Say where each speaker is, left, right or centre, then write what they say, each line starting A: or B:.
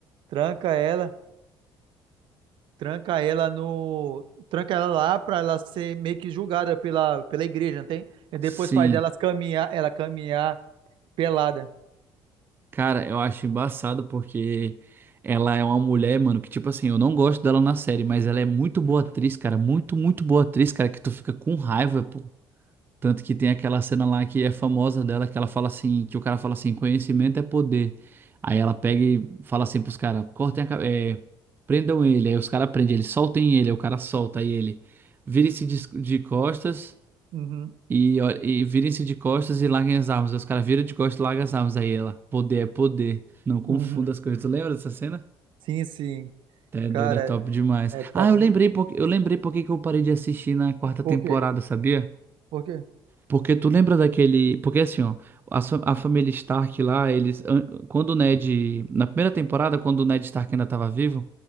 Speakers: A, on the right; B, on the right.
A: tranca ela, Tranca ela no. Tranca ela lá pra ela ser meio que julgada pela, pela igreja, não tem? E depois
B: Sim.
A: faz elas caminhar, ela caminhar pelada.
B: Cara, eu acho embaçado porque ela é uma mulher, mano, que tipo assim, eu não gosto dela na série, mas ela é muito boa atriz, cara, muito, muito boa atriz, cara, que tu fica com raiva, pô. Tanto que tem aquela cena lá que é famosa dela, que ela fala assim, que o cara fala assim, conhecimento é poder. Aí ela pega e fala assim pros caras, cortem a, ca- é, prendam ele. Aí os caras prendem ele, soltem ele, aí o cara solta aí ele. Virem-se de, de costas
A: Uhum,
B: e, ó- e virem-se de costas e larguem as armas. Aí os caras viram de costas e largam as armas. Aí ela, poder é poder. Não confunda
A: uhum.
B: as coisas. Tu lembra dessa cena?
A: Sim, sim.
B: É
A: Cara,
B: doido, é top demais.
A: é top
B: Ah, eu lembrei
A: de.
B: porque eu lembrei porque que eu parei de assistir na quarta
A: Por
B: temporada,
A: quê?
B: sabia?
A: Por quê?
B: Porque tu lembra daquele. Porque assim, ó, a, sua- a família Stark lá, eles. an- Quando o Ned. Na primeira temporada, quando o Ned Stark ainda tava vivo,